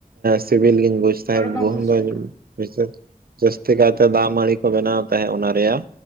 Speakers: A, on the right; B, on the left.
A: ᱥᱤᱵᱤᱞ ᱜᱤᱱ ᱵᱩᱡ ᱛᱟᱦᱮᱸᱜ
B: ᱨᱚᱲ ᱵᱟᱝ
A: ᱜᱩᱦᱩᱢ
B: ᱯᱩᱥᱴᱟᱹᱜ
A: ᱫᱚ ᱵᱤᱥᱮᱥ ᱡᱟᱹᱥᱛᱤ ᱠᱟᱭᱛᱮ ᱫᱟᱜ ᱢᱟᱲᱤ ᱠᱚ ᱵᱮᱱᱟᱣ ᱛᱟᱦᱮᱸᱜ ᱚᱱᱟ ᱨᱮᱭᱟᱜ